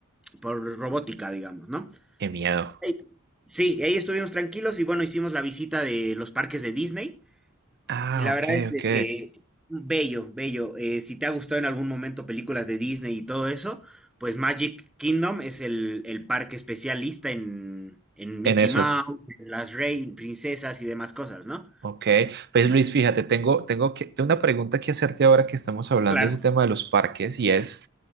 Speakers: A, in the centre; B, on the right.
A: por robótica, digamos, ¿no?
B: Qué miedo.
A: Ey, Sí, y ahí estuvimos tranquilos y bueno, hicimos la visita de los parques de Disney
B: Ah,
A: y la
B: ok,
A: verdad es
B: ok.
A: de que bello, bello. Eh, si te ha gustado en algún momento películas de Disney y todo eso, pues Magic Kingdom es el, el parque especialista en, en Mickey
B: En eso.
A: Mouse, en las Rey, princesas y demás cosas, ¿no?
B: Ok, pues Luis, fíjate, tengo, tengo, que, tengo una pregunta que hacerte ahora que estamos hablando
A: Claro.
B: de ese tema de los parques y es